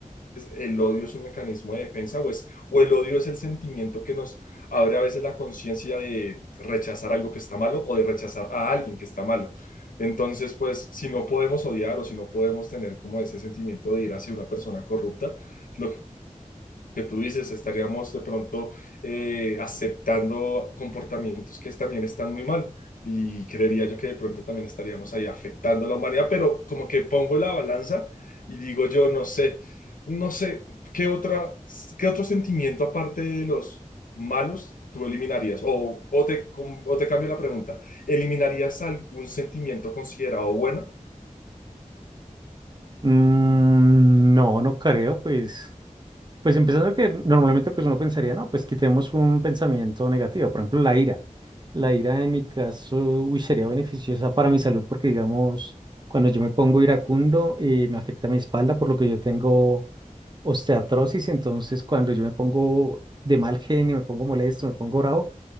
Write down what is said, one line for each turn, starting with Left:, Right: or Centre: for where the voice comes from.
Left: el odio es un mecanismo de defensa pues o el odio es el sentimiento que nos abre a veces la conciencia de rechazar algo que está malo o de rechazar a alguien que está malo. Entonces, pues si no podemos odiar o si no podemos tener como ese sentimiento de ir hacia una persona corrupta, lo que tú dices, estaríamos de pronto eh, aceptando comportamientos que también están muy mal. Y creería yo que de pronto también estaríamos ahí afectando a la humanidad, pero como que pongo la balanza y digo yo, no sé, no sé, ¿qué otra, qué otro sentimiento aparte de los malos tú eliminarías? O, o te, com- o te cambio la pregunta, ¿eliminarías algún sentimiento considerado bueno?
Right: Mm, no, no creo, pues. Pues empezando que normalmente pues uno pensaría, no, pues quitemos un pensamiento negativo, por ejemplo, la ira. La ira en mi caso, uy, sería beneficiosa para mi salud porque digamos, cuando yo me pongo iracundo, eh, me afecta mi espalda por lo que yo tengo osteoartrosis, entonces cuando yo me pongo de mal genio, me pongo molesto, me pongo bravo,